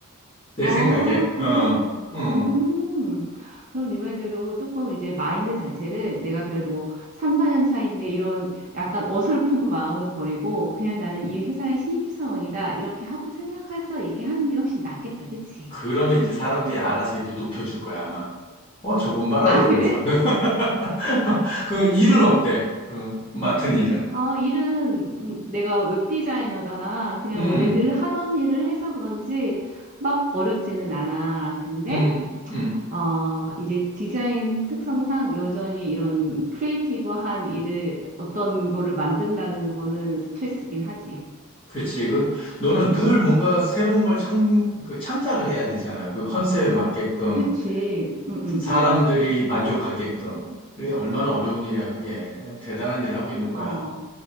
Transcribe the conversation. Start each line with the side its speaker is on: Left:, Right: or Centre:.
Left: 내
Right: 아,
Left: 생각에.
Right: 그래.
Left: 어, 어.
Right: 음, 그럼 네 말대로 조금 이제 마인드 자체를 내가 그래도 뭐 3, 4년 차인데 이런 약간 어설픈 마음을 버리고 그냥 나는 이 회사의 신입사원이다. 이렇게 하고 생각해서 얘기하는 게 훨씬 낫겠다. 그치?
Left: 그러면 이제 사람들이 알아서 이제 높여줄 거야, 아마. 어, 저분 봐라,
Right: 아,
Left: 이러면서.
Right: 그래?
Left: <laughs> 그 일은 어때? 그 맡은 일은.
Right: 아, 일은 음, 내가 웹 디자이너잖아. 그냥
Left: 음,
Right: 원래 늘 하던 일을 해서 그런지 막 어렵지는 않아. 근데
Left: 음, 음.
Right: 어, 이제 디자인 특성상 여전히 이런 크리에이티브한 일을 어떤 거를 만든다는 거는 스트레스긴 하지.
Left: 그치. 그, 너는 늘 뭔가 새로운 걸 창, 그 창작을 해야 되잖아. 그 컨셉에 맞게끔,
Right: 그치? 응, 응,
Left: 사람들이
Right: 응.
Left: 만족하게끔. 그래, 얼마나 어려운 일이야, 그게. 그냥 대단한 일을 하고 있는 거야.
Right: 어,